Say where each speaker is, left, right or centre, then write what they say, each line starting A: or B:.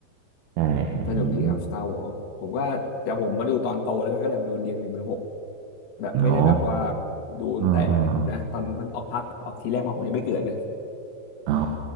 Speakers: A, on the right (about 85°); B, on the left (about 80°).
A: ใช่อืม
B: สนุกดีครับ Star Wars ผมก็แต่ผมมาดูตอนโตแล้วกันก็เลยแบบดูเรียงหนึ่งถึงหกแบบไม่ได้แบบว่า
A: อ๋อ
B: ดูตั้งแต่
A: อ๋อ
B: นะตอนมันออกพักออกทีแรกมาผมยังไม่เกิดเลย
A: อ๋อ